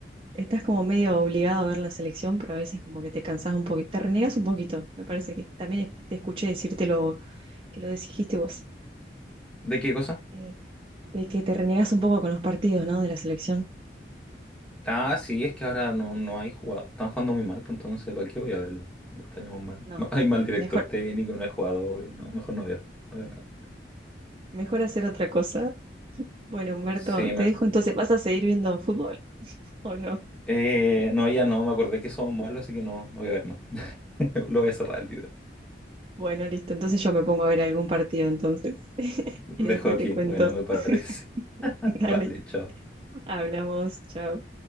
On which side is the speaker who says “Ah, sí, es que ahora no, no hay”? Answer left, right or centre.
Centre